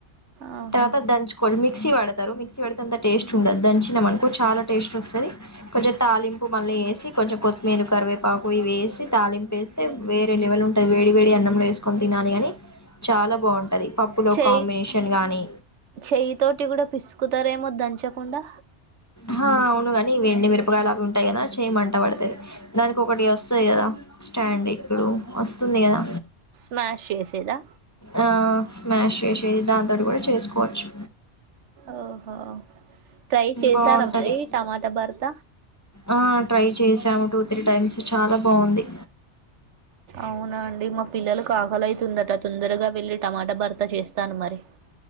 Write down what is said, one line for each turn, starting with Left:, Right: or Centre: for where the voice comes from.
Right: ఆహా
Left: తర్వాత దంచుకొని మిక్సీ పడతారు మిక్సీ పడితే అంత టేస్ట్ చుండదు దంచినమనుకో చాలా టేస్ట్ వస్తది కొంచెం తాలింపు మళ్ళీ వేసి కొంచెం కొత్తిమీర కరివేపాక్ పాకు ఇవేసి తాలింపేస్తే వేరే లెవెలుంటుంది వేడి వేడి అన్నంలో వేసుకోని తినాలి గాని చాలా బాగుంటది పప్పు లో
Right: చెయ్యి
Left: కాంబినేషన్ గాని
Right: చెయ్యి తోటి కూడా పిసుకుతారేమో దంచకుండా
Left: హా అవును గాని ఇవి ఎండి మిరపకాయ లవి ఉంటది కదా చేయి మంట పుడతది దానికి ఒకటి వస్తది కదా స్టాండ్ ఇప్పుడు వస్తుంది కదా
Right: స్మాష్ చేసేదా
Left: ఆ స్మాష్ చేసి మళ్ళీ దాంతోటి కూడా చేసుకోవచ్చు
Right: ఓహో ట్రై చేశారా
Left: బాగుంటది
Right: మరి టమాటా భర్త
Left: ఆ ట్రై చేసాము టూ త్రీ టైమ్స్ చాలా బాగుంది
Right: అవునా అండి మా పిల్లలు ఆకలాయితుందట తొందరగా వెళ్ళి టమాటా భర్త చేస్తాను మరి